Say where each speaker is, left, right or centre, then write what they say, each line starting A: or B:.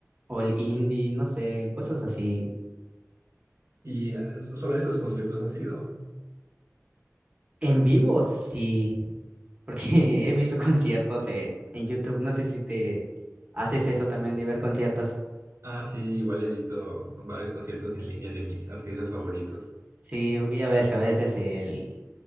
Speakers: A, on the right; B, on the right.
A: o el indie, no sé, cosas así.
B: ¿Y ah, s- solo a esos conciertos has ido?
A: En vivo, sí, porque <laughs> he visto conciertos eh, en YouTube. No sé si te haces eso también de ver conciertos.
B: Ah, sí, igual he visto con varios conciertos en línea de mis artistas favoritos.
A: Sí, porque ya ves que a veces el,